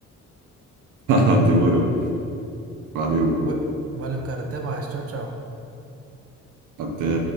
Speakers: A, on the right; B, on the right.
A: <laughs> Demorou. Valeu.
B: Vou- Valeu, cara. Até mais. Tchau, tchau.
A: Até.